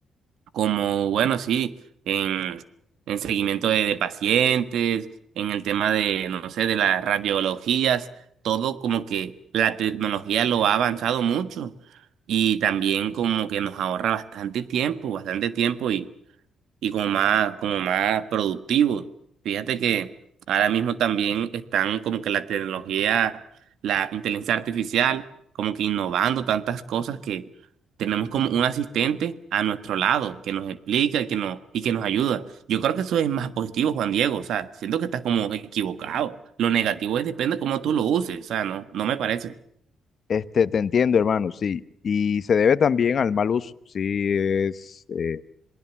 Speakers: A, on the right (about 75°); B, on the left (about 50°).
A: como, bueno, sí, en, en seguimiento de, de pacientes, en el tema de, no sé, de las radiologías, todo como que la tecnología lo ha avanzado mucho y también como que nos ahorra bastante tiempo, bastante tiempo y y como más, como más productivos. Fíjate que ahora mismo también están como que la tecnología, la inteligencia artificial, como que innovando tantas cosas que tenemos como un asistente a nuestro lado que nos explica y que nos, y que nos ayuda. Yo creo que eso es más positivo, Juan Diego. O sea, siento que estás como equivocado. Lo negativo es depende de cómo tú lo uses. O sea, no, no me parece.
B: Este, te entiendo, hermano, sí. Y se debe también al mal uso, sí, es, eh,